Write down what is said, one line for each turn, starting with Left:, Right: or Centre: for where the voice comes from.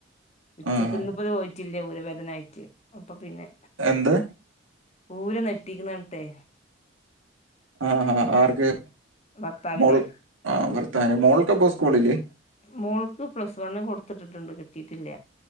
Left: ഉച്ചക്ക്
Right: ആഹ്
Left: ഇന്ന്പ്പത് <unintelligible> ഇല്ല ഊരവേദനായിട്ട് അപ്പൊ പിന്നെ
Right: എന്ത്
Left: ഊരെ നെട്ടിക്കുന്നണട്ടെ
Right: ആഹ് ആർക്ക്
Left: ഭർത്താവിനെ
Right: മോൾ ആ ഭർത്താവിന് മോൾക്ക് അപ്പം സ്കൂൾ കൂളില്
Left: മോൾക്ക് പ്ലസ് വണ്ണു കൊടുത്തിട്ടിട്ടുണ്ട് കിട്ടിയിട്ടില്ല